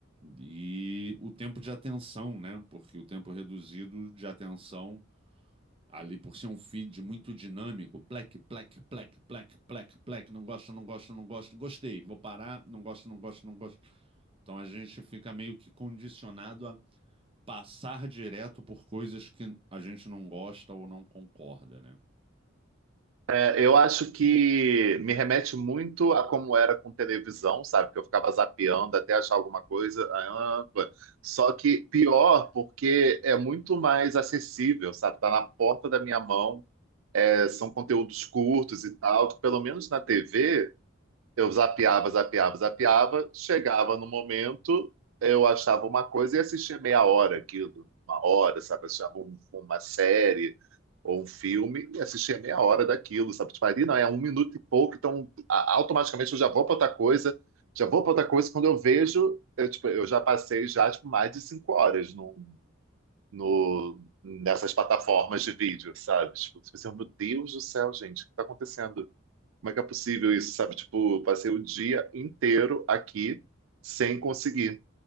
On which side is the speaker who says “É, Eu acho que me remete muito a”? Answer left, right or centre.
Right